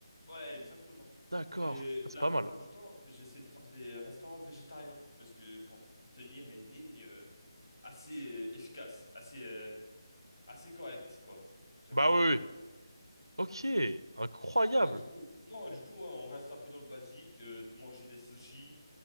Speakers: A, on the left; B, on the right.
A: Ouais, exactement.
B: D'accord.
A: Et
B: Ah,
A: la
B: c'est pas
A: plupart
B: mal.
A: du temps, j'essaie de prendre des restaurants végétariens parce que pour tenir une ligne euh, assez euh, efficace, assez euh, assez correcte, quoi. J'ai envie
B: Bah
A: de te
B: oui,
A: dire.
B: oui. Ok, incroyable.
A: Ouais, du coup, non, du coup, hein, on reste un peu dans le basique, euh, manger des sushis,